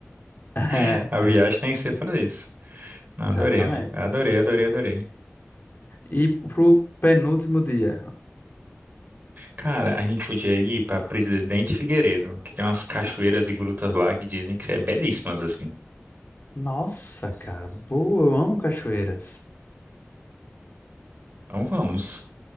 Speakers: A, on the left; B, on the right.
A: É,
B: <laughs> A viagem tem que ser pra isso. Não,
A: exatamente.
B: adorei, amigo. Adorei, adorei, adorei.
A: E pro penúltimo dia.
B: Cara, a gente podia ir pra Presidente Figueiredo, que tem umas cachoeiras e grutas lá que dizem que é belíssimas, assim.
A: Nossa, cara, boa, eu amo cachoeiras.
B: Então vamos.